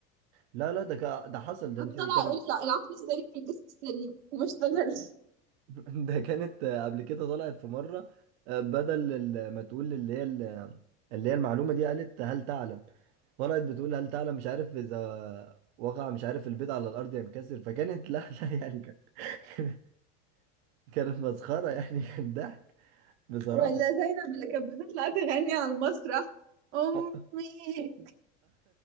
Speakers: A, on the right; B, on the right.
A: لا لا ده كا- ده حصل ده
B: كنت
A: انت
B: طالعه
A: كانت
B: اقول لا العقل السليم في الجسم السليم وما اشتغلش
A: <laughs> ده كانت آه، قبل كده طلعت في مرة آه، بدل ال- ما تقول اللي هي ال- اللي هي المعلومة دي قالت هل تعلم طلعت بتقول هل تعلم مش عارف إذا وقع مش عارف البيض على الأرض ينكسر فكانت <laughs> لا لا يعني كان- <laughs> كانت مسخرة يعني كان ضحك بصراحة
B: ولا زينب اللي كانت بتطلع تغني على المسرح امي
A: <laughs>